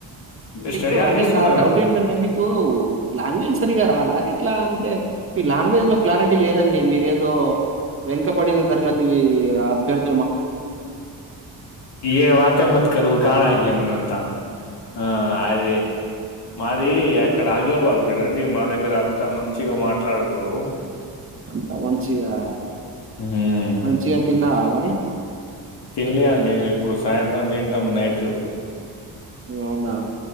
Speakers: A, on the right; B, on the left.
A: మీకు
B: స్టడియాలు
A: అంటే
B: తీసుకున్నారు
A: నా డౌట్ ఏంటంటే మీకు లాంగ్వేజ్ సరిగా రాదా ఇట్లా అంటే ఈ లాంగ్వేజ్ లో క్లారిటీ లేదండి మీర ఏదో వెనుకబడిన తరగతి అభ్యర్థి
B: ఏ వాతే మత క కణ గ మనంతా ఆ అదిే మా అది అక్కడ ఆదిలాబాద్ కదండి మా దగ్గర అంతా మంచిగా మాట్లాడుకోరు
A: అంత మంచిగా
B: హ్మ్
A: మంచిగా తిన్నావా అ మరి
B: తినలే అండి మేము ఇప్పుడు సాయంత్రం తింటాం నైట్
A: అవునా?